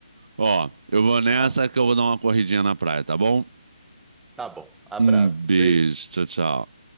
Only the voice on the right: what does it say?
Ó, eu vou nessa
que eu vou dar uma corridinha na praia, tá bom?
Um beijo,
tchau, tchau.